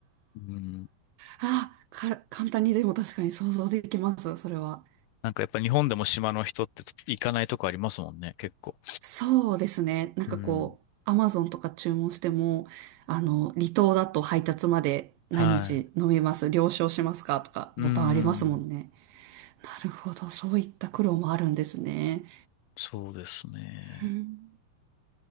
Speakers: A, on the left; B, on the right.
A: うん。
B: あ、か、簡単にでも確かに想像できます、それは。
A: なんかやっぱ日本でも島の人って行かないとこありますもんね、結構。
B: そうですね。なんかこう、
A: うん。
B: アマゾンとか注文しても、あの、離島だと配達まで何日飲みます、
A: はい。
B: 了承しますかとか、
A: うん。
B: ボタンありますもんね。なるほど。そういった苦労もあるんですね。
A: そうですね。
B: うん